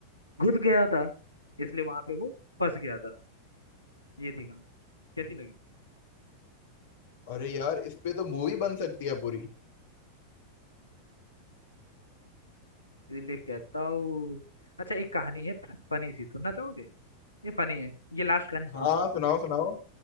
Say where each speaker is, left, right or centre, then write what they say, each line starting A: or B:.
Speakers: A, on the left (about 80°); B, on the left (about 60°).
A: घुस गया था इसलिए वहां पे वो फंस गया था ये थी कहानी कैसी लगी
B: अरे यार इस पे तो मूवी बन सकती है पूरी
A: इसलिए कहता हूँ अच्छा एक कहानी है फनी सी सुनना चाहोगे ये फनी है ये लास्ट कहानी सुनाऊंगा
B: हाँ
A: मैं
B: सुनाओ
A: बस
B: सुनाओ